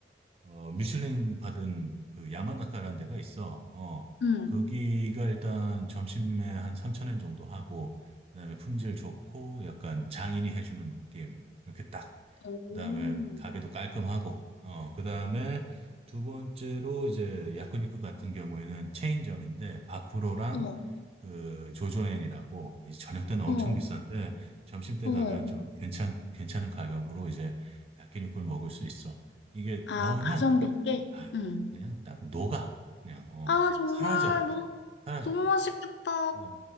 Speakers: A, on the right; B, on the left.
A: 어 미슐랭 받은 그 야마나카라는 데가 있어. 어
B: 응,
A: 거기가 일단 점심에 한 3천엔 정도 하고 그다음에 품질 좋고 약간 장인이 해주는 느낌 이렇게 딱
B: 오.
A: 그다음에 가게도 깔끔하고 어 그다음에 두 번째로 이제 야쿠니쿠 같은 경우에는 체인점인데 바쿠로랑
B: 어,
A: 그 조조엔이라고 이 저녁 때는 엄청
B: 어,
A: 비싼데 점심 때
B: 어.
A: 가면 좀 괜찮 괜찮은 가격으로 이제 야끼니쿠를 먹을 수 있어. 이게
B: 아,
A: 넣으면
B: 가성비 꽤?
A: 아,
B: 응.
A: 그냥 딱 녹아 그냥 어
B: 아, 정말
A: 사라져
B: 너무,
A: 사라져.
B: 너무 맛있겠다.
A: 어